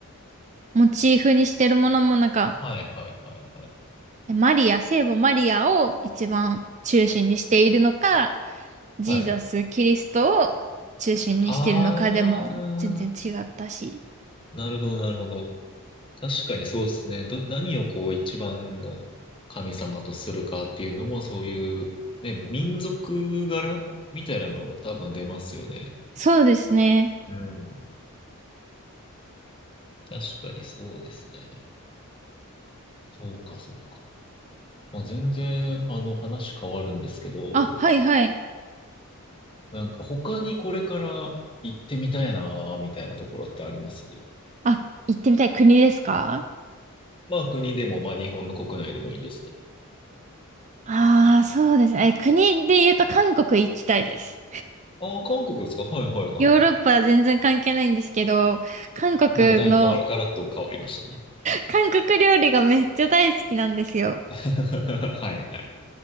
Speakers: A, on the right; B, on the left.
A: モチーフにしてるものもなんか、
B: はいはいはいはい。
A: マリア、聖母マリアを一番中心にしているのか、ジーザス、
B: はい。
A: キリストを中心にしているのかでも全然違ったし。
B: ああ、なるほどなるほど。確かにそうですね。ど、何をこう一番の神様とするかっていうのも、そういう、ね、民族柄みたいなのも多分出ますよね。
A: そうですね。
B: うん。確かにそうですね。そうか、そうか。まあ、全然、あの、話変わるんですけど、
A: あ、はいはい。
B: なんか他にこれから行ってみたいな、みたいなところってあります
A: あ、行ってみたい国ですか
B: まあ、国でも、まあ、日本の国内でもいいんですけど。
A: ああー、そうですね。え国で言うと韓国行きたいです。
B: ああ、韓国ですかはいはいはいはい。
A: ヨーロッパは全然関係ないんですけど、韓国の、
B: なんかだいぶがわら、ガラッと変わりましたね。
A: 韓国料理がめっちゃ大好きなんですよ。
B: <laughs> はいはいはい。